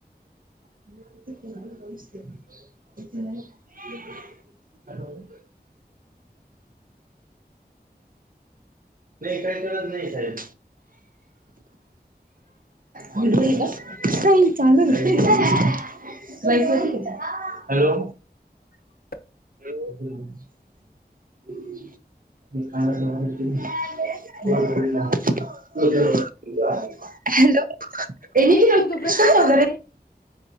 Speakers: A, on the right; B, on the left.
A: <unintelligible> नाही काय कळत नाही साहेब <unintelligible> <unintelligible> नाही चालू आहे <unintelligible> हॅलो!
B: <inaudible>
A: हॅलो! <unintelligible> <unintelligible>
B: हॅलो
A: हॅलो <unintelligible>
B: हे निखिल तो ब्रश कुठं ठेवला रे